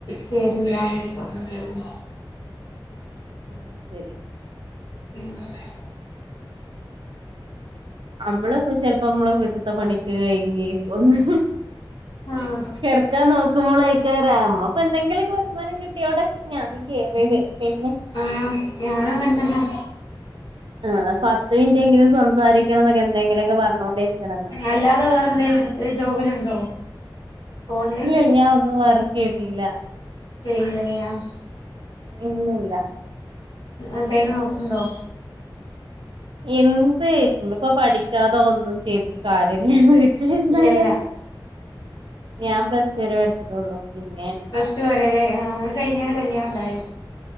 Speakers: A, on the left; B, on the right.
A: ചേരുന്നില്ല എന്നൊക്കെ പറഞ്ഞു പോന്ന്
B: ഉം ശരി
A: മം <unintelligible>
B: നമ്മള് ചെലപ്പോ നമ്മള് വീട്ടിത്തെ പണിക്കെ കഴിന്ന് ഇപ്പ ഒന്ന്
A: ആഹ്
B: കെടക്കാൻ നോക്കുമ്പോളേ കേറാം മ്മൾപ്പ എന്തെങ്കില്ക്കെ വരുമാനം കിട്ടിയോട്ടെച്ചിട്ട് ഞാൻതി കേറിയത് പിന്നെ
A: ആഹ് ഞാനും അങ്ങനത്തന്നാ
B: ആ പത്ത് മിനിറ്റെങ്കിലും സംസാരിക്കണംന്നൊക്കെ എന്തെങ്കിലുക്കെ പറഞ്ഞോണ്ട് ക്കെണാമ്മെ
A: അല്ലാതെ വേറെ എന്തേലും ജോബിലുണ്ടോ ഫോണില്
B: ഇല്ലല്ല ഞാൻ ഒന്നും മർ കെമില്ല
A: ചെയ്ല്ലതെയാ ഇല്ലലേ
B: ഇല്ലില്ല
A: എന്തേലും നോക്ണ്ടോ
B: എന്ത് ഇപ്പോ പഠിക്കാതോ ഒന്നും ചെയ്തിട്ട് കാര്ല്ല വീട്ടിലിരുന്നായാലും
A: ഇല്ല ഇല്ല
B: ഞാൻ പ്ലസ്റ്റുരെ പഠിച്ചിട്ടുള്ളു പിന്നെ
A: പ്ലസ് ടു വരെരെ അ കൈഞ്ഞരെ കല്യാണം ഉണ്ടായി